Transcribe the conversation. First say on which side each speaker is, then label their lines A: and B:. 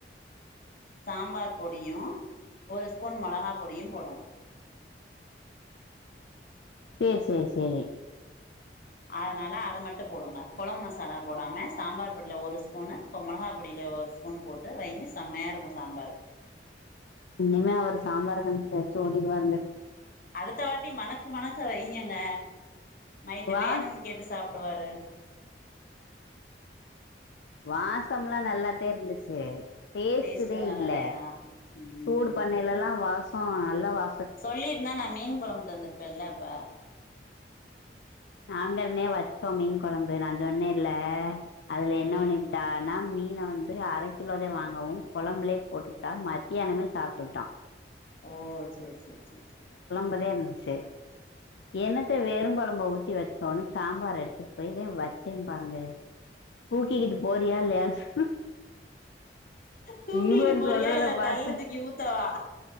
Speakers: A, on the left; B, on the left.
A: சாம்பார் பொடியு ஒரு ஸ்பூன் மொளகா பொடியு போடணு
B: சேரி சேரி சேரி
A: அதனால அது மட்டு போடுங்க குழம் மசாலா போடாம சாம்பார் பொடில ஒரு ஸ்பூனு இப்போ மிளகா பொடில ஒரு ஸ்பூன் போட்டு வைங்க செம்மையா இருக்கு சாம்பாரு
B: இனிமே அவரு சாம்பார கண்டு தெரிச்சு ஓடிருவாங்க
A: அடுத்த வாட்டி மணக்க மணக்க வைங்கங்க நைட்டு
B: வாஸ்
A: வேணும்னு கேட்டு சாப் ப்டுவாரு
B: வாசம்ல்லா நல்லத்தே இருந்துச்சு டேஸ்ட்டுதே
A: டேஸ்ட்டு நல்லா
B: இல்ல
A: இல்லையா ம்
B: சூடு பண்ணேலல்லா வாசோ நல்லா வா
A: சொல்லிருந்தா நா மீன் குழம்பு தந்திருப்பேல்ல இப்ப
B: நாங்கள்மே வச்சோ மீன் கொழம்பு நா சொன்னேல்ல அதுல என்ன
A: ம்
B: வண்ணிப்புட்டான்னா மீ ன வந்து அர கிலோதே வாங்கவு கொழம்ப்லே போட்டுப்ட்டா மத்தியானமே சாப்ட்டுப்ட்டா
A: ஓ சேர் சேர் சே சே
B: புதே இருந்துச்சி என்னத்த வெறுங் கொழம்ப ஊத் தி வச்சோணு சாம்பார எடுத்துட் போய்தே வச் சே பாருங்க தூக்கிக்கிட்டு போறியா இல்லையான் சொ
A: தூக்கிக்கிட்டு
B: இவர்
A: போறியா
B: சொல்றத
A: இல்ல
B: பாத்து
A: தலைல தூக்கி ஊத்தவா